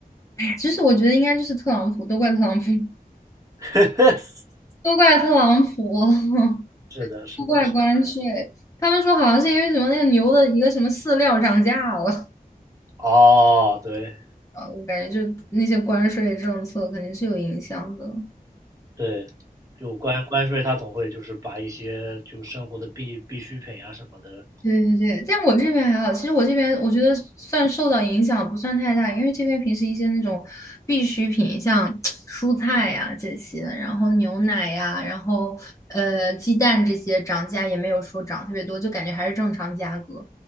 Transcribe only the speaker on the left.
哎，其实我觉得应该就是特朗普，都怪特朗普，<laughs>
都怪特朗普，
<laughs>
都怪关税。
他们说好像是因为什么那个牛的一个什么饲料涨价了，
<laughs> 啊，我感觉就那些关税政策肯定是有影响的。
对对对，但我这边还好。其实我这边我觉得算受到影响不算太大，因为这边平时一些那种必需品，像 <tsk> 蔬菜呀、这些，然后牛奶呀、然后呃鸡蛋这些涨价也没有说涨特别多，就感觉还是正常价格。